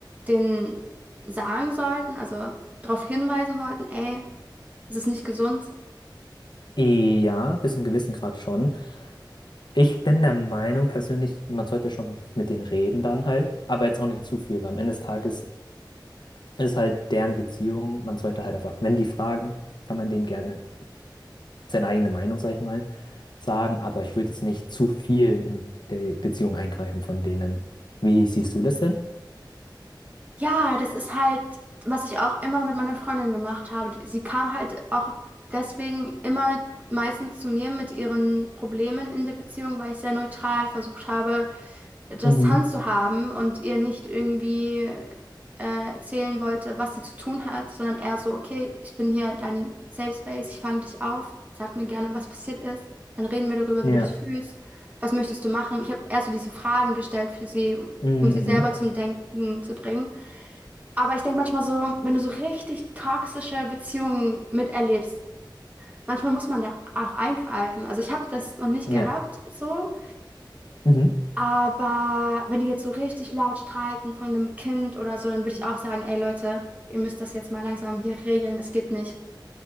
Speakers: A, on the right; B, on the left.
A: denen sagen sollten, also darauf hinweisen sollten, ey, es ist nicht gesund.
B: Eh, Ja, bis zu einem gewissen Grad schon. Ich bin der Meinung persönlich, man sollte schon mit denen reden dann halt, aber jetzt auch nicht zu viel, weil am Ende des Tages ist halt deren Beziehung, man sollte halt einfach, wenn die fragen, kann man denen gerne seine eigene Meinung, sag ich mal, sagen, aber ich würde jetzt nicht zu viel in die Beziehung eingreifen von denen. Wie siehst du das denn?
A: Ja, das ist halt, was ich auch immer mit meiner Freundin gemacht habe. Sie kam halt auch deswegen immer meistens zu mir mit ihren Problemen in der Beziehung, weil ich sehr neutral versucht habe, das
B: Mhm.
A: handzuhaben und ihr nicht irgendwie äh, erzählen wollte, was sie zu tun hat, sondern eher so, okay, ich bin hier dein Safe Space, ich fange dich auf, sag mir gerne, was passiert ist, dann reden wir darüber,
B: Ja.
A: wie du dich fühlst, was möchtest du machen. Ich habe eher so diese Fragen gestellt für sie, um
B: Mhm.
A: um sie selber zum Denken zu bringen. Aber ich denke manchmal so, wenn du so richtig toxische Beziehungen miterlebst, Manchmal muss man da auch eingreifen. Also ich habe das noch nicht
B: mhm.
A: gehabt,
B: Ja.
A: so,
B: Mhm.
A: aber wenn die jetzt so richtig laut streiten von einem Kind oder so, dann würde ich auch sagen, ey Leute, ihr müsst das jetzt mal langsam hier regeln, das geht nicht,